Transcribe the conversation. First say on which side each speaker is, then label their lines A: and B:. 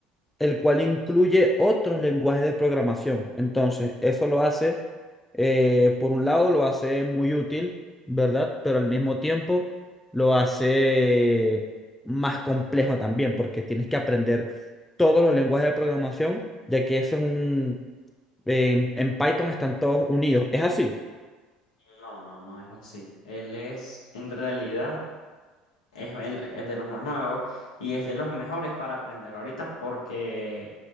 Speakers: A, in the centre; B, on the left.
A: el cual incluye otros lenguajes de programación. Entonces, eso lo hace, eh, por un lado, lo hace muy útil, ¿verdad? Pero al mismo tiempo lo hace más complejo también, porque tienes que aprender todos los lenguajes de programación, ya que eso es un... en en Python están todos unidos. Es así.
B: No, no, no es así. Él es, en realidad, Es, el- es de los más nuevos y es de los mejores para aprender ahorita porque,